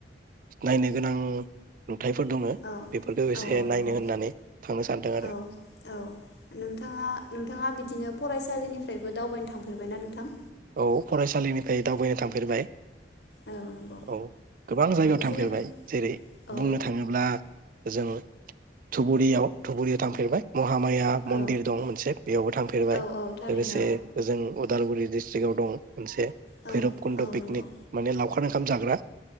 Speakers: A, on the right; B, on the left.
A: नायनो गोनां नुथायफोर दङ
B: औ
A: बेफोरखौ एसे
B: औ औ
A: नायनो
B: नंगौ
A: होननानै थांनो सानदों आरो
B: औ औ नोंथाङा नोंथाङा बिदिनो फरायसालि निफ्रायबो दावबायनो थांफेरबायना नोंथां?
A: औ फरायसालिनिफ्राय दावबायनो थांफेरबाय।
B: औ नंगौ
A: औ गोबां जायगायाव
B: बिदिनो
A: थांफेरबाय जेरै
B: औ
A: बुंनो थाङोब्ला जों धुबुरियाव धुबुरियाव थांफेरबाय। महामाया मन्दिर
B: औ
A: दं मोनसे बेयावबो थांफेरबाय
B: औ औ थारैनो
A: लोगोसे ओजों उदालगुरि डिस ट्रिङाव दं। मोनसे
B: औ
A: भैरब कुन्द'
B: औ
A: पिकनिक
B: नंगौ
A: माने लावखा र ओंखामा जाग्रा।